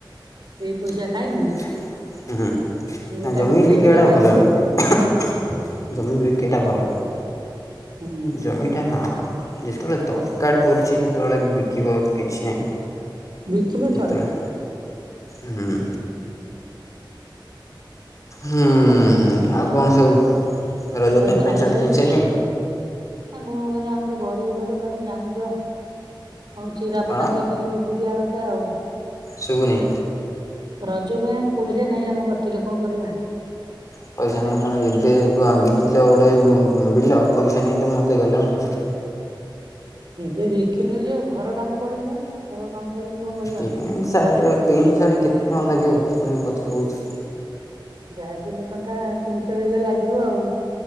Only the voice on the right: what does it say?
ସେଇ
ପଇସା ଖାଇମୁ
ପୁଣି ଏଇଟା
ବିକିଦେଲେ
ସେଇଟା ଖାଇମୁ
ଆଉ।
ହୁଁ
ବିକିଲେ
ଚଳିବ।
ମୁଁ
କହିଲି ଚାଲିଚି
ଆ
କଣ କରିବା ଆମେ ତ ଗରିବ ଲୋକ ତମେ ଜାଣିଚ। ଆଉ ଚିରା
ଫଟା ପିନ୍ଧିକି ବୁଲିଆ କ ଥା ଆଉ।
ରଜ ପାଇଁ ଆଉ ପଇସା ନାଇଁ ଆମ କତିରେ କଣ କରିବା।
ଏବେ ବିକିନି ଏଇ ଯେ ଘର କାମ କରମି ପା ଘର କାମ। କରିମୁ କଣ କରିବା
ଯାହା ବି ହେଲେ ଟଙ୍କା ତିନି ଚାରି ହଜାର ଲାଗିବ ଆଉ।